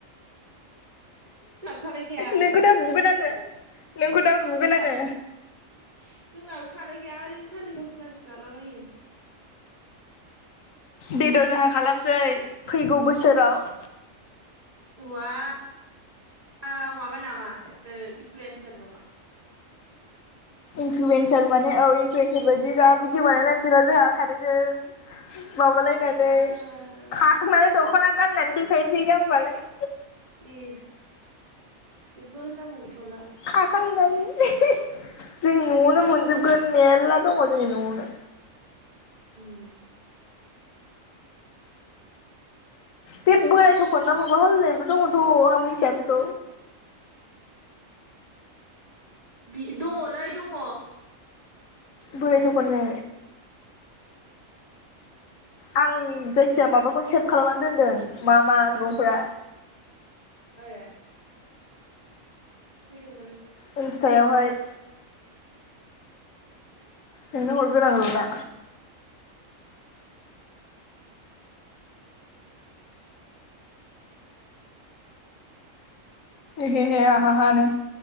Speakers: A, on the right; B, on the left.
A: हिसाब खालायखाया
B: नोंखौ दा बुगोन आङो नोंखौ दा बुगोन
A: जोंनाबो
B: आङो
A: जोंनाबो खालायखाया ओरैनो थालिर फस्लासो जालाबायो
B: देद' जोंहा खालामसै फैगौ बोसोराव
A: वाव माबा नामा इनफ्लुयन्सार नामा
B: इनफ्लुयेन्सार माने औ इनफ्लुयेन्सार बायदि जा भिदिअ बानायलायनोसै रा जोंहा सानैजों माबालायनानै
A: वाव
B: खाखांनानै दख'ना गाननानै देखायनोसै जामबालाय
A: प्लिस जेबो होननांगौ गैथ'ला
B: खाखांनानै जोंनि न'यावनो मोनजोबगोन मेरला दंङ जोंनि न'यावनो
A: उम
B: बे बोरायथखन ना माबा होनलायनायबो दङथ' आं मिथिया बेखौ
A: बि दङलै दङ
B: बोराय थख'न नो आं जायखिजया माबाखौ सेभ खालामनानै दोनदों मा मा मैगंफोरा
A: ए फैदो
B: इनस्थायावहाय <inaudible> नोंनो हरगोन आं र' दा एहेहे आहाहानो